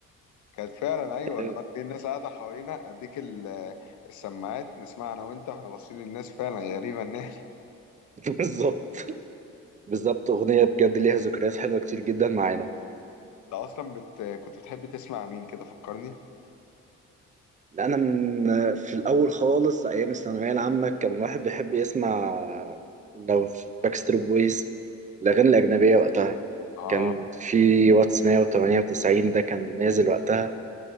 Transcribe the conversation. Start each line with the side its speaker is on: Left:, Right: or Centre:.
Left: كانت فعلا ايوه
Right: <laughs>
Left: والله إيه الناس قاعدة حوالينا اديك ال- آه، السماعات نسمع انا وانت واحنا باصين للناس فعلا غريبة الناس <laughs>
Right: بالظبط بالظبط اغنيه بجد ليها ذكريات حلوه كتير جدا معانا
Left: انت اصلا بت... كنت بتحب تسمع مين كده فكرني
Right: انا من في الاول خالص ايام الثانويه العامه كان الواحد بيحب يسمع لو باكستريت بويز الاغاني الاجنبيه وقتها
Left: اه
Right: كان في واتس 198 ده كان نازل وقتها